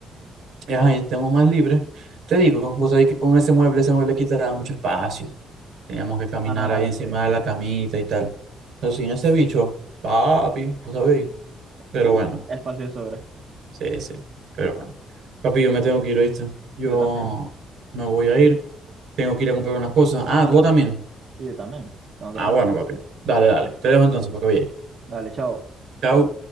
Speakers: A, on the right (about 75°); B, on the right (about 55°).
A: ajá, y estemos más libres, te digo, vos sabés que con ese mueble, ese mueble quita mucho espacio Teníamos que caminar
B: Ah,
A: ahí encima
B: sí.
A: de la camita y tal. Pero sin ese bicho, papi, ¿no sabéis? Pero
B: Uh,
A: bueno,
B: espacio de sobra.
A: sí, sí. Pero bueno. Papi, yo me tengo que ir, ¿oíste? Yo
B: Yo también.
A: me voy a ir. Tengo que ir a comprar unas cosas. Ah, vos también.
B: Sí, yo también. Tengo que
A: Ah,
B: salir.
A: bueno, papi. Dale, dale. Te dejo entonces para que vayas.
B: Dale, chao.
A: Chau.